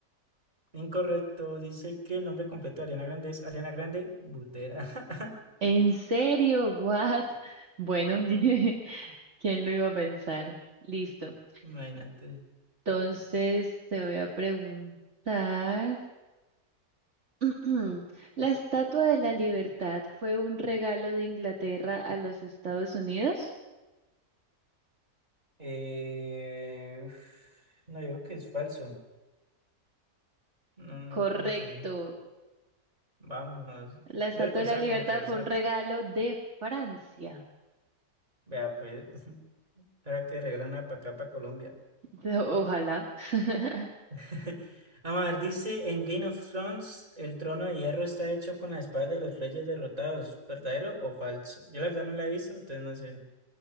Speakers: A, on the right; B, on the right.
A: Incorrecto, dice que el nombre completo de Ariana Grande es Ariana Grande Butera. <laughs>
B: ¿En serio? ¿What? Bueno, <laughs> ¿quién lo iba a pensar? Listo.
A: Imagínate.
B: Entonces te voy a preguntar. <clears throat> ¿La Estatua de la Libertad fue un regalo de Inglaterra a los Estados Unidos?
A: Eh, uf, no, yo creo que es falso. No, no,
B: Correcto.
A: como que, vámonos.
B: La Estatua
A: Yo creo que
B: de
A: o
B: la
A: sea,
B: Libertad
A: como que, o
B: fue
A: sea,
B: un regalo de Francia.
A: vea, pues, <laughs> ahora que regalan una para acá, para Colombia.
B: De- Ojalá. <laughs>
A: <laughs> Vamos A ver, dice en Game of Thrones, el trono de hierro está hecho con las espadas de los reyes derrotados, ¿verdadero o falso? Yo la verdad no la he visto, entonces no sé.